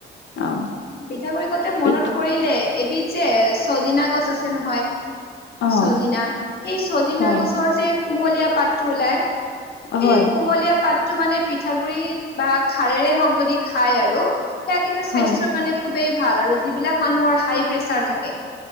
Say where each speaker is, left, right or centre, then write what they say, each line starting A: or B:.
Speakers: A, on the left; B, on the left.
A: অ'।
B: পিঠাগুৰি কওঁতে মনত
A: পিঠ
B: পৰিলে। এবিধ যে চজিনা গছ আছে নহয়।
A: অ',
B: চজিনা, সেই চজিনা
A: হয়,
B: গছৰ যে কুমলীয়া পাতটো ওলাই। সেই
A: হয়,
B: কুমলীয়া পাত টো মানে পিঠাগুৰি বা খাৰেৰে হওঁক যদি খাই আৰু সেয়া কিন্তু স্বাস্থ্যৰ
A: হয়,
B: কাৰণে খুবেই ভাল। আৰু যিবিলাক মানুহৰ হাই-প্ৰেছাৰ থাকে,